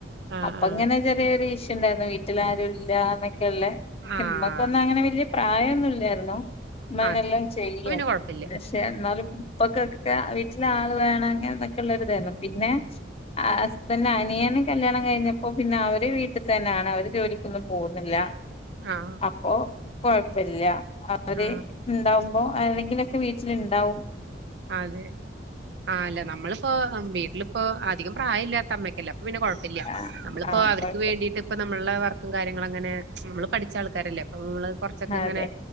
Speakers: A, on the right; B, on the left.
A: ആഹ്
B: അപ്പ
A: ആഹ്
B: ഇങ്ങനെ ചെറിയ ഒരു ഇഷ്യൂ ഇണ്ടായിരുന്നു വീട്ടില് ആരും ഇല്ലാ എന്നൊക്കെ ഉള്ളെ
A: ആഹ്
B: ഇമ്മ ഇപ്പ ഒന്നും അങ്ങനെ വലിയ പ്രായം ഒന്നു ഇല്ലായിരുന്നു ഉമ്മ അങ്ങനെ
A: അതെ
B: എല്ലാം ചെയ്യും
A: അപ്പൊ പിന്നെ കുഴപ്പമില്ല.
B: <unintelligible> പക്ഷെ എന്നാലും ഇപ്പൊ ഒക്കെ വീട്ടിലെ ആള് വേണം അങ്ങനെ എന്നൊക്കെ ഉള്ള ഒരു ഇതായിരുന്നു പിന്നെ ആഹ് ഹസ്ബൻഡിന്റെ അനിയനെ കല്യാണം കഴിഞ്ഞപ്പോ പിന്നെ അവര് വീട്ടിൽ തന്നെയാണ് അവര് ജോലിക്കൊന്നും പോകുന്നില്ല
A: ആഹ്
B: അപ്പോ കൊഴപ്പ ഇല്ല അ അവര്
A: ആ
B: ഉണ്ടാവുമ്പോ ആരെങ്കിലൊക്കെ വീട്ടില് ഉണ്ടാവും
A: അതെ ആഹ് അല്ല നമ്മള് ഇപ്പൊ വീട്ടിലിപ്പോ അധികം പ്രായം ഇല്ലാത്ത അമ്മ ഒക്കെ ഇല്ലേ അപ്പം പിന്നെ കൊഴ പ്പം ഇല്ല
B: ആഹ്
A: നമ്മളിപ്പോ
B: ആഹ്
A: അവർക്ക്
B: കൊഴപ്പ
A: വേണ്ടിട്ട് ഇപ്പ നമ്മളുടെ വർ ക്കും കാര്യങ്ങളും അങ്ങനെ നമ്മള് പഠിച്ച ആൾക്കാരല്ലേ അപ്പൊ നമ്മള് കുറച്ചൊക്കെ ഇങ്ങനെ
B: അതെ